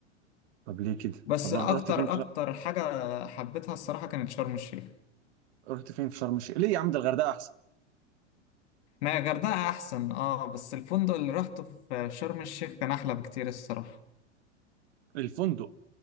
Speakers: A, on the right; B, on the left.
A: طب ليه كده
B: بس
A: طب
B: أكتر
A: رحت فين في
B: أكتر
A: شر...
B: حاجة حبيتها الصراحة كانت شرم الشيخ
A: رحت فين في شرم الشيخ ليه يا عم ده الغردقه احسن
B: ما الغردقة أحسن أه بس الفندق اللي روحته في شرم الشيخ كان أحلى بكتير الصراحة
A: الفندق